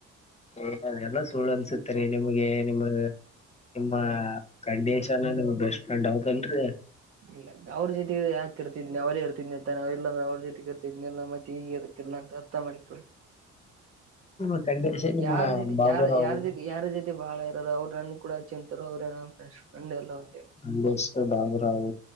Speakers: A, on the left; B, on the right.
A: ಅ ಎಲ್ಲ ಸುಳ್ಳು ಅನ್ಸತ್ತರಿ ನಿಮ್ಗೆ ನಿಮ್ಗ ನಿಮ್ಮ ಕಂಡಿಶನ ಬೆಸ್ಟಪ್ರೆಂಡ ಹೌದಲ್ರಿ.
B: ಇಲ್ಲ <unintelligible> ಅವ್ರ ಜೊತೆ ಯಾಕ ಇರತ್ದನಾಅವೇ ಇರ್ತಿದನಿ ಅಂತಾವು ಇಲ್ಲಂದ್ರ ಅವ್ರ ಜೊತೆ ಇರ್ತಿದ್ನಲ್ಲ ಮತ್ತೆ ಈಗೆದಕ್ಕಿಲ್ಲ ಅಂತ ಹೇಳ ಹತ್ತ ಮಣಿಕೂರ್ <unintelligible>
A: <inaudible> ಕಂಡೀಷನ್ ನಿಮ್ಮ
B: ಯಾರ ಜೊತೆ
A: ಬಾಬುರಾವ್
B: ಯಾರ ಯಾರ ಜೊತೆ ಯಾರ ಜೊತೆ ಬಹಳ ಇರಲ್ಲ ಅವ್ರ ನನ್ನ ಕೂಡ ಚಿಂತರು ಅವ್ರೇ <unintelligible> ರ್ ಫ್ರಂಡ್ ಎಲ್ಲ ಅಂತಿ
A: ನಂಗಸ್ ಬಾಬುರಾವ್